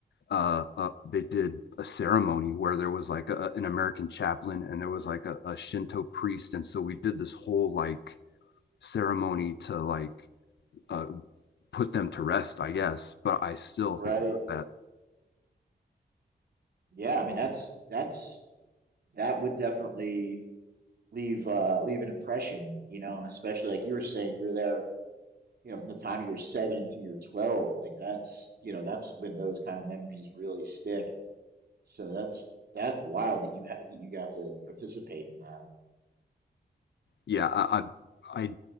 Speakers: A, on the left (about 85°); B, on the right (about 65°).
A: uh, uh, they did a ceremony where there was like a, an American chaplain and there was like a, a Shinto priest, and so we did this whole like ceremony to like uh, put them to rest, I guess. But I still
B: Right.
A: think about that.
B: Yeah, I mean that's that's that would definitely leave uh leave an impression, you know, and especially like you were saying, you were there, you know, from the time you were seven until you were 12. Like that's, you know, that's when those kind of memories really stick. So that's that's wild that you had that you got to participate in that.
A: Yeah, I, I, I,